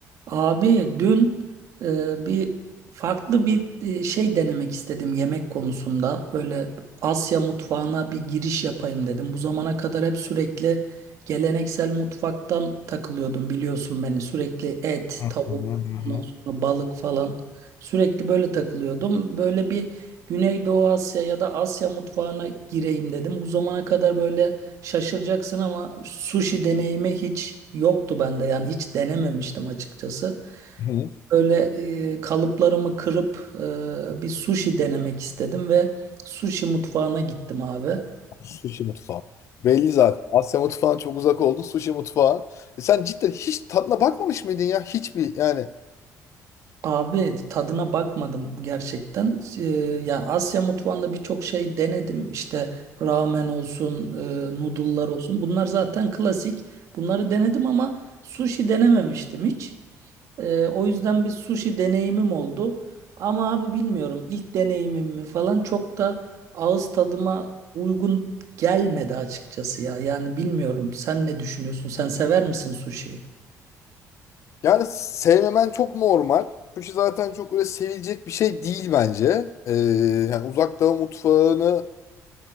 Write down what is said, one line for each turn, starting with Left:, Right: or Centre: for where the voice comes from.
Right: Abi dün e, bir farklı bir e, şey denemek istedim yemek konusunda. Böyle Asya mutfağına bir giriş yapayım dedim. Bu zamana kadar hep sürekli geleneksel mutfaktan takılıyordum biliyorsun beni. Sürekli et,
Left: Hı hı
Right: tavuk,
Left: hı.
Right: ondan sonra balık falan sürekli böyle takılıyordum. Böyle bir Güneydoğu Asya ya da Asya mutfağına gireyim dedim. Bu zamana kadar böyle Şaşıracaksın ama sushi deneyimi hiç yoktu bende. Yani hiç denememiştim açıkçası.
Left: Hı.
Right: Böyle e, kalıplarımı kırıp e, bir sushi denemek istedim ve sushi mutfağına gittim abi.
Left: Sushi mutfağı. Belli zaten. Asya mutfağına çok uzak oldun. Sushi mutfağı. E sen cidden hiç tadına bakmamış mıydın ya? Hiçbir yani.
Right: Abi tadına bakmadım gerçekten. E, ya Asya mutfağında birçok şey denedim. İşte ramen olsun, e, noodle'lar olsun. Bunlar zaten klasik. Bunları denedim ama sushi denememiştim hiç. Ee, o yüzden bir sushi deneyimim oldu. Ama abi bilmiyorum ilk deneyimim mi falan çok da ağız tadıma uygun gelmedi açıkçası ya. Yani bilmiyorum sen ne düşünüyorsun? Sen sever misin sushi'yi?
Left: Yani sevmemen çok normal. Sushi zaten çok öyle sevilecek bir şey değil bence. Ee, yani uzak doğu mutfağını